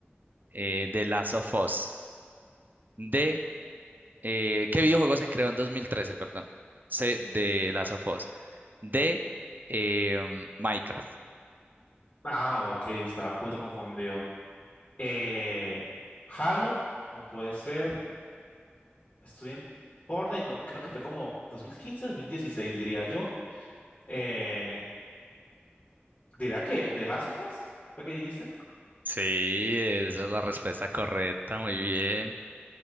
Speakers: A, on the right; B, on the left.
A: eh, The Last of Us. D, eh, ¿qué videojuego se creó en 2013? Perdón. C, The Last of Us. D, eh, Minecraft.
B: Ah, ok, estaba un poquito confundido. Eh, Halo, no puede ser. Estuve en Fortnite, no, creo que fue como dos dos mil quince, dos mil dieciséis, diría yo. Eh, ¿dirá que de Last of Us? ¿Fue que dijiste?
A: Sí, esa es la respuesta correcta, muy bien.